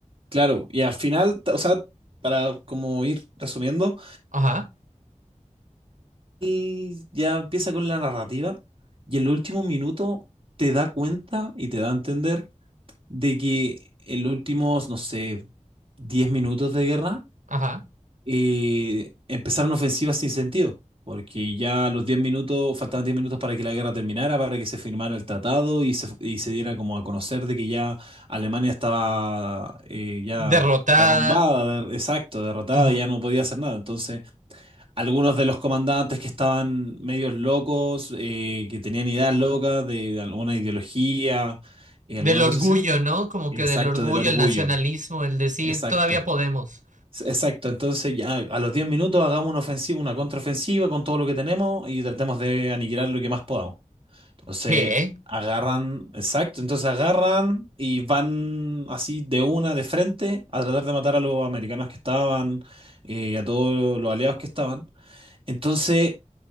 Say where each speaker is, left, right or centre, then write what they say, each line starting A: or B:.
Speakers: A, on the right; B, on the right.
A: Claro, y al final, t- o sea, para como ir resumiendo.
B: Ajá,
A: él ya empieza con la narrativa y en los últimos minutos te da cuenta y te da a entender de que en los últimos, no sé, 10 minutos de guerra
B: ajá.
A: eh, empezaron ofensivas sin sentido, porque ya a los 10 minutos, faltaban 10 minutos para que la guerra terminara, para que se firmara el tratado y se, y se diera como a conocer de que ya Alemania estaba eh, ya
B: Derrotada,
A: derrumbada, der- exacto, derrotada,
B: ajá.
A: ya no podía hacer nada. Entonces algunos de los comandantes que estaban medios locos, eh, que tenían ideas locas de, de alguna ideología, eh,
B: Del
A: alguna
B: orgullo,
A: cosa así.
B: ¿no? Como
A: Exacto,
B: que del orgullo,
A: del orgullo.
B: el nacionalismo, el decir,
A: Exacto.
B: todavía podemos.
A: S- Exacto. Entonces, ya a los 10 minutos hagamos una ofensiva, una contraofensiva con todo lo que tenemos y tratemos de aniquilar lo que más podamos. Entonces,
B: ¿Qué?
A: agarran, exacto. Entonces, agarran y van así de una, de frente, a tratar de matar a los americanos que estaban, eh, a todos los aliados que estaban. Entonces,